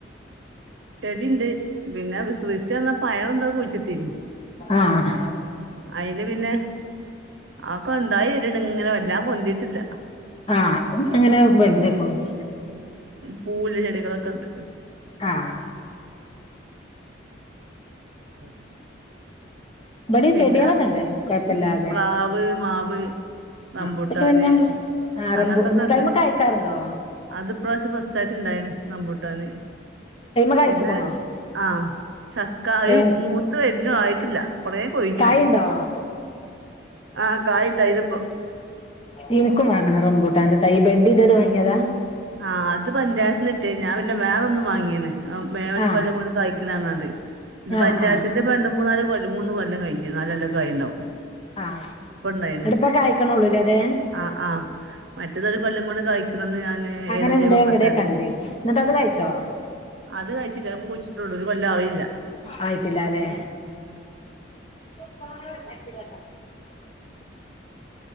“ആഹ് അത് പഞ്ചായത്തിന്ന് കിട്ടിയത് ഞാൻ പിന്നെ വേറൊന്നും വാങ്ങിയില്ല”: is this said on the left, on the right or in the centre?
Right